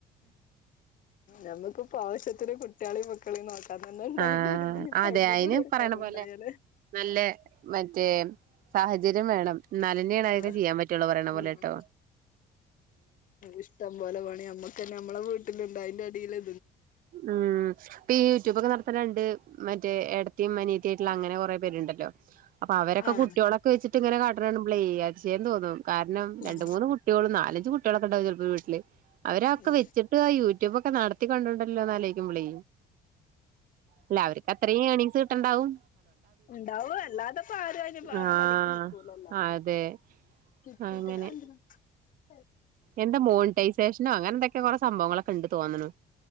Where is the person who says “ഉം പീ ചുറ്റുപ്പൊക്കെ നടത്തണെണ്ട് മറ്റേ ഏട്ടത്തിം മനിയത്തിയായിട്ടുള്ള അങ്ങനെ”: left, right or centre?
Right